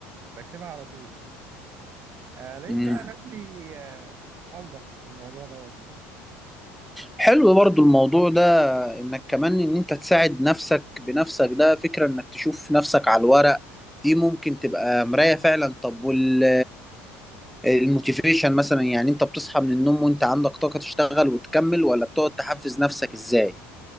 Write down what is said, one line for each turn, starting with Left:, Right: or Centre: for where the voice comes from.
Right: بكتبها على طول آه لقيت
Centre: مم.
Right: بقى نفسي آه اوضح في الموضوع دوت يعني
Centre: حلو برضو الموضوع ده انك كمان ان انت تساعد نفسك بنفسك ده فكرة انك تشوف نفسك على الورق دي ممكن تبقى مراية فعلا طب وال الموتيفيشن مثلا يعني انت بتصحى من النوم وانت عندك طاقة تشتغل وتكمل ولا بتقعد تحفز نفسك ازاي